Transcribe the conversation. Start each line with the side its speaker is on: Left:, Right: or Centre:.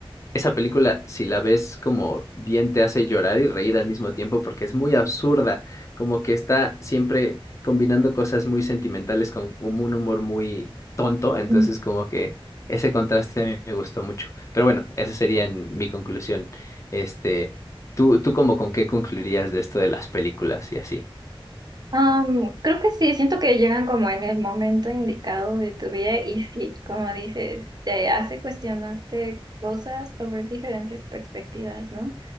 Left: esa película, si la ves como bien, te hace llorar y reír al mismo tiempo porque es muy absurda, como que está siempre combinando cosas muy sentimentales con un un humor muy tonto, entonces
Right: ujú.
Left: como que ese contraste a mí me gustó mucho. Pero bueno, esa sería en mi conclusión. Este, ¿tú, tú como con qué concluirías de esto de las películas y así?
Right: Am, creo que sí, siento que llegan como en el momento indicado de tu vida y sí, como dices, te hace cuestionarte cosas o ver diferentes perspectivas, ¿no?